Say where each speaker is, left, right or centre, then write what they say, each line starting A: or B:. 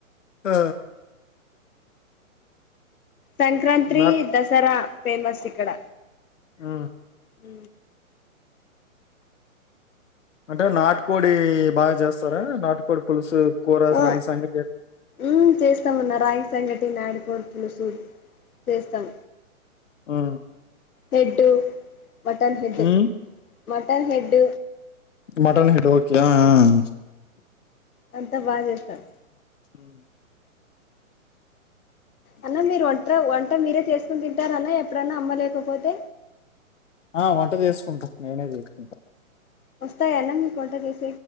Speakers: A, on the left; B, on the left.
A: ఆ
B: సంక్రాంతి
A: నాకు
B: దసరా ఫేమస్ ఇక్కడ
A: ఆ
B: ఉ
A: అంటే నాటుకోడి బాగా చేస్తారా నాటుకోడి పులుసు కోరస
B: ఆ
A: రాయి సంగలి
B: మ్మ్ చేస్తామన్న రాగి సంగటి నాడిపోడుపులుసు చేస్తాం
A: ఊఁ
B: హెడ్ మటన్ హెడ్
A: హ్మ్.
B: Mutton head
A: mutton head okay yeah yeah
B: అంతా బాగా చేస్తాను
A: హ
B: అన్న మీరు వంట వంట మీరే చేసుకుని తింటారన్న ఎప్పుడన్నా అమ్మలేకపోతే
A: ఆ వంట చేసుకుంటాం నేనే తీసుకుంటాను
B: వస్తాయ ఆనా మీ కొంట చేస్త